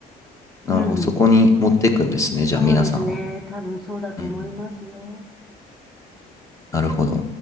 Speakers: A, on the left; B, in the centre.
A: なるほど。
B: うん。
A: そこに持っていくんですね。
B: そうですね。
A: じゃあ、皆さんは。
B: 多分そうだと思いますよ。
A: うんうん。なるほど。